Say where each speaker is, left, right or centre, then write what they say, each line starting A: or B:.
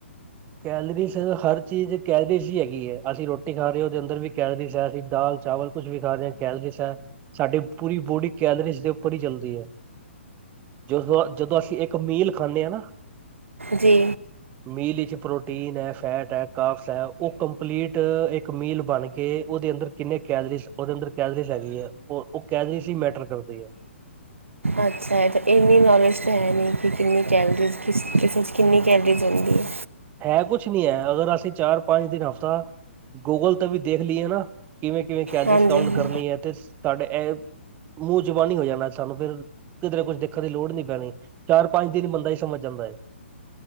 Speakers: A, on the right; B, on the right.
A: ਕੈਲਰੀਜ਼ ਹਰ ਚੀਜ਼ ਕੈਲਰੀਜ਼ ਹੀ ਹੈਗੀ ਹੈ ਅਸੀਂ ਰੋਟੀ ਖਾ ਰਹੇ ਹਾਂ ਉਹਦੇ ਅੰਦਰ ਵੀ ਕੈਲਰੀਜ਼ ਹੈ ਅਸੀਂ ਦਾਲ ਚਾਵਲ ਕੁਛ ਵੀ ਖਾ ਰਹੇ ਹਾਂ ਕੈਲਰੀਜ਼ ਹੈ ਸਾਡੀ ਪੂਰੀ ਬੋਡੀ ਕੈਲਰੀਜ਼ ਦੇ ਉੱਪਰ ਹੀ ਚੱਲਦੀ ਹੈ ਜਦੋਂ ਜਦੋਂ ਅਸੀਂ ਇੱਕ ਮੀਲ ਖਾਂਦੇ ਹਾਂ ਨਾ
B: ਜੀ
A: ਮੀਲ ਵਿੱਚ ਪ੍ਰੋਟੀਨ ਹੈ ਫੈਟ ਹੈ ਕਾਫਸ ਹੈ ਉਹ ਕੰਪਲੀਟ ਇੱਕ ਮੀਲ ਬਣ ਕੇ ਉਹਦੇ ਅੰਦਰ ਕਿੰਨੇ ਕੈਲਰੀਜ਼ ਉਹਦੇ ਅੰਦਰ ਕੈਲਰੀਜ਼ ਹੈਗੀ ਹੈ ਉਹ ਉਹ ਕੈਲਰੀਜ਼ ਹੀ ਮੈਟਰ ਕਰਦੀ ਹੈ।
B: ਅੱਛਾ ਇਹ ਤਾਂ ਇੰਨੀ ਨੌਲੇਜ ਤਾਂ ਹੈ ਨਹੀਂ। ਕਿੰਨੀ ਕੈਲਰੀ ਕਿਸ ਕਿਸ ਕਿੰਨੀ ਕੈਲੋਰੀਜ ਹੁੰਦੀ ਹੈ?
A: ਹੈ ਕੁਛ ਨਹੀਂ ਹੈ ਅਗਰ ਅਸੀਂ ਚਾਰ ਪੰਜ ਦਿਨ ਹਫ਼ਤਾ ਗੂਗਲ ਤੇ ਵੀ ਦੇਖ ਲਈਏ ਨਾ। ਕਿਵੇਂ ਕਿਵੇਂ ਕਿਆ
B: ਹਾਂਜੀ
A: ਡਿਸਕਾਊਂਟ
B: ਹਾਂ।
A: ਕਰਨੀ ਹੈ ਤੇ ਸਾਡੇ ਇਹ ਮੂੰਹ ਜਬਾਨੀ ਹੋ ਜਾਣਾ ਸਾਨੂੰ ਫਿਰ ਕਿਧਰੇ ਕੁਝ ਦੇਖਣ ਦੀ ਲੋੜ ਨੀ ਪੈਣੀ ਚਾਰ ਪੰਜ ਦਿਨ ਵਿੱਚ ਬੰਦਾ ਹੀ ਸਮਝ ਜਾਂਦਾ ਹੈ।